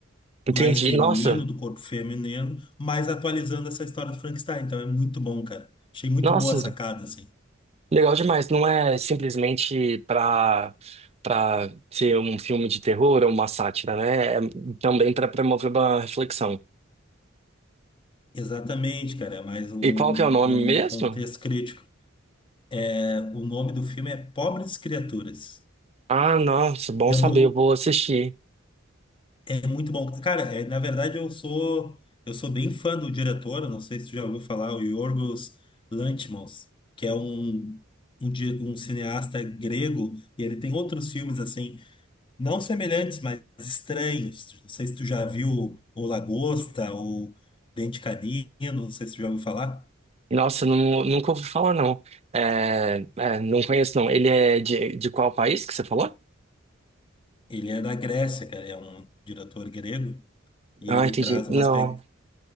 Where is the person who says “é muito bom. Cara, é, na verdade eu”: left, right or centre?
Left